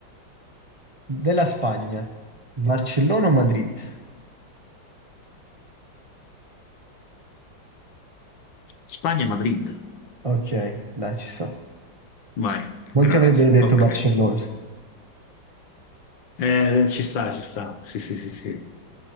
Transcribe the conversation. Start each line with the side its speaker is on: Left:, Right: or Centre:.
Right: della Spagna, Barcellona o Madrid?
Left: Spagna e Madrid,
Right: Ok, dai, ci sta.
Left: vai,
Right: Molti
Left: grande,
Right: avrebbero detto
Left: ok.
Right: Barcellona.
Left: Eh, ci sta, ci sta. Sì, sì, sì, sì.